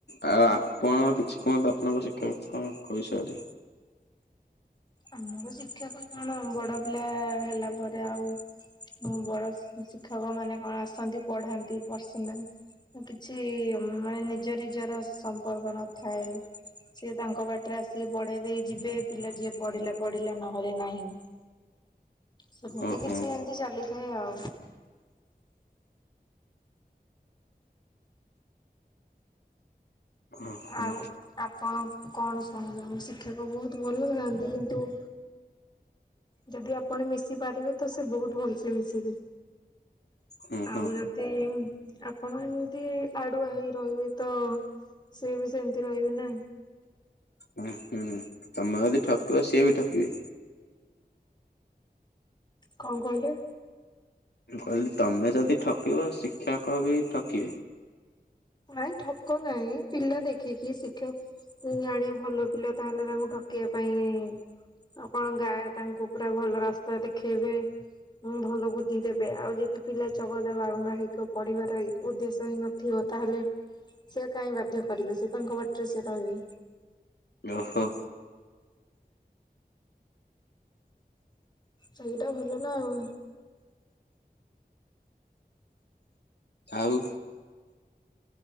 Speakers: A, on the left; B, on the left.
A: ଆଉ ଆପଣ କିଛି କୁହନ୍ତୁ ଆପଣଙ୍କ ଶିକ୍ଷକଙ୍କ ବିଷୟରେ।
B: ଆମର ଶିକ୍ଷକ କଣ ବଡ ପିଲା ହେଲା ପରେ ଆଉ ହଁ ବଡ ସି ଶିକ୍ଷକ ମାନେ କଣ ଆସନ୍ତି ପଢାନ୍ତି ପର୍ସନାଲ। ଉ କିଛି ମାନେ ନିଜ ନିଜର ସମ୍ପର୍କ ନଥାଏ। ସିଏ ତାଙ୍କ ବାଟରେ ଆସିକି ପଢେଇ ଦେଇ ଯିବେ ପିଲା ଯିଏ ପଢିଲା ପଢିଲା ନହେଲେ ନାହିଁ ସେମିତି
A: ଓହୋ
B: କିଛି ଏମିତି ଚାଲିଥାଏ ଆଉ
A: ଓହୋ।
B: ଆଉ ଆପଣ କଣ ଶୁଣିବେ ଆ ଶିକ୍ଷକ ବହୁତ ଭଲ ଥାଆନ୍ତି କିନ୍ତୁ ଯଦି ଆପଣ ମିଶି ପାରିବେ ତ ସେ ବହୁତ ଭଲସେ ମିଶିବେ
A: ହୁଁ ହୁଁ
B: ଆଉ ଯଦି ଆପଣ ଏମିତି ଆଡୁଆ ହେଇ ରହିବେ ତ ସି ବି ସେମିତି ରହିବେ ନା
A: ହୁଁ ହୁଁ। ଦି ଠକିବ ସିଏ ବି ଠକିବେ।
B: କଣ କହିଲେ?
A: ମୁଁ କହିଲି ତମେ ଯଦି ଠକିବ ଶିକ୍ଷକ ବି ଠକିବେ।
B: ନାଇଁ ଠକ ନାହିଁ ପିଲା ଦେଖିକି ଶିକ୍ଷକ। ଜାଣିବା ଭଲ ପିଲା ତାହେଲେ ତାଙ୍କୁ ଠକେଇିବା ପାଇଁ ଆଉ କଣ ଗାଏ ତାଙ୍କୁ ପୁରା ଭଲ ରାସ୍ତା ଦେଖେଇବେ ହୁଁ ଭଲ ବୁଦ୍ଧି ଦେବେ ଆଉ ଯଦି ପିଲା ଚଗଲା ବାଳୁଙ୍ଗା ହେଇକିବ ପଢିବାର ଉଦ୍ଦେଶ୍ୟ ହିଁ ନଥିବ ତାହେଲେ ସେି କାଇହିଁ ବାଧ୍ୟ କରିବେ ସେ ତାଙ୍କ ବାଟରେ ସେ ରହିବେ।
A: ଓହୋ।
B: ସେଇଟା ଭଲ ନା ଆଉ।
A: ଆଉ